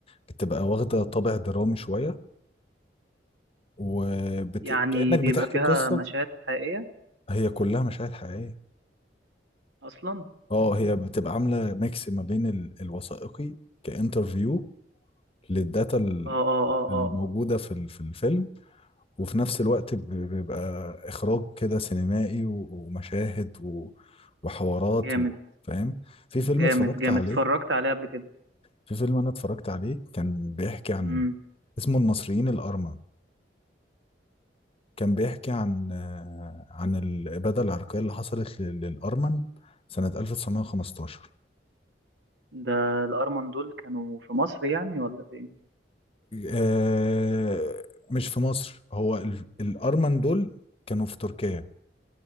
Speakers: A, on the left (about 30°); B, on the right (about 75°).
A: بتبقى واخدة طابع درامي شوية وبت...
B: يعني
A: كأنك
B: بيبقى
A: بتحكي
B: فيها
A: قصة
B: مشاهد حقيقية
A: هي كلها مشاهد حقيقية
B: اصلا
A: اه هي بتبقى عاملة ميكس ما بين ال... الوثائقي كانترفيو للداتا ال-
B: اه اه اه
A: الموجودة
B: اه آه.
A: في ال- في الفيلم وفي نفس الوقت ب- بيبقى إخراج كده سينمائي و- ومشاهد و... وحوارات
B: جامد
A: و... فاهم في فيلم
B: جامد
A: اتفرجت
B: جامد
A: عليه
B: اتفرجت عليه قبل كده
A: في فيلم أنا اتفرجت عليه كان بيحكي عن
B: امم
A: اسمه المصريين الأرمن كان بيحكي عن آه، عن الإبادة العرقية اللي حصلت لل- للأرمن سنة 1915
B: ده الارمن دول كانوا في مصر يعني ولا فين
A: آه، مش في مصر هو ال- الأرمن دول كانوا في تركيا